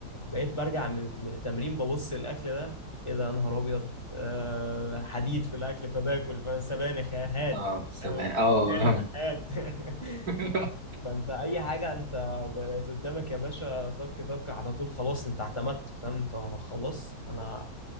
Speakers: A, on the left (about 15°); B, on the right (about 60°).
A: بقيت برجع من من التمرين ببص الاكل ده ايه ده يا نهار ابيض آه حديد في الاكل فباكل فسبانخ هات
B: اه سمع
A: آه،
B: اه
A: بسله هات <laughs>
B: <laughs>
A: فانت اي حاجه انت بقت قدامك يا باشا طك طك على طول خلاص انت اعتمدت فاهم انت خلاص انا